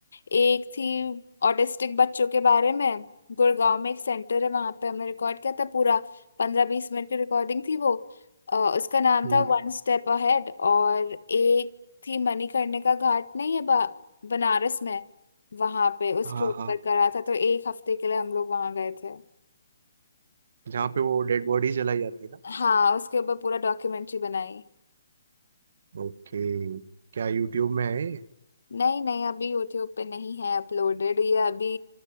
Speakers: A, on the left; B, on the right.
A: एक थी ऑटिस्टिक बच्चों के बारे में गुड़गांव में एक सेंटर है वहां पे हमने रिकॉर्ड किया था पूरा पंद्रह बीस मिनट की रिकॉर्डिंग थी वो अ, उसका नाम
B: हम्म,
A: था वन स्टेप अहेड और एक थी मणिकर्णिका का घाट नहीं है बा- बनारस में वहां पे उसके
B: हाँ
A: ऊपर
B: हाँ
A: करा था तो एक हफ्ते के लिए हम लोग वहां गए थे
B: जहाँ पे वो डेड बॉडी जलाई जाती है ना
A: हाँ उसके ऊपर पूरा डॉक्यूमेंट्री बनाई
B: ओके क्या यूट्यूब में है ये?
A: नहीं नहीं अभी यूट्यूब पे नहीं है अपलोडेड ये अभी